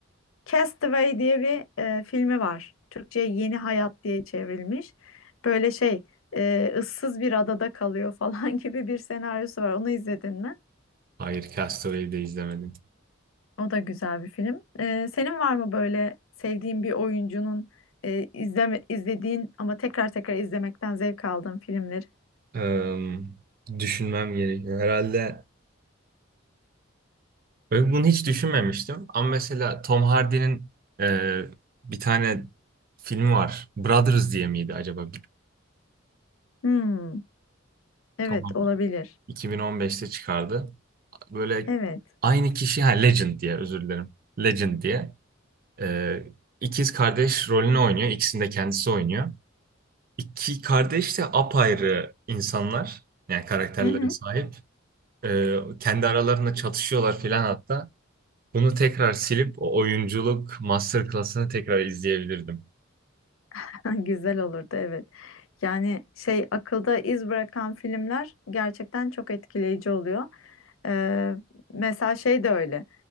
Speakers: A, on the left; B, on the right.
A: Castaway diye bir e, filmi var. Türkçe'ye Yeni Hayat diye çevrilmiş. Böyle şey, e, ıssız bir adada kalıyor falan <laughs> gibi bir senaryosu var. Onu izledin mi?
B: hayır Castaway'i de izlemedim.
A: O da güzel bir film. E, senin var mı böyle sevdiğin bir oyuncunun e, izleme, izlediğin ama tekrar tekrar izlemekten zevk aldığın filmleri?
B: Eee, düşünmem gerekiyor. Herhalde Böyle bunu hiç düşünmemiştim. Ama mesela Tom Hardy'nin eee, bir tane filmi var. Brothers diye miydi acaba? Bir-
A: Hmm, evet
B: Tom Hardy
A: olabilir.
B: 2015'te çıkardı. Böyle
A: Evet.
B: aynı kişi, ha Legend diye özür dilerim. Legend diye. Eee ikiz kardeş rolünü oynuyor. İkisini de kendisi oynuyor. İki kardeş de apayrı insanlar. Yani karakterlere
A: Hı hı.
B: sahip. Ee, kendi aralarında çatışıyorlar filan hatta. Bunu tekrar silip o oyunculuk masterclass'ını tekrar izleyebilirdim.
A: <laughs> Güzel olurdu evet. Yani şey akılda iz bırakan filmler gerçekten çok etkileyici oluyor. Ee, mesela şey de öyle.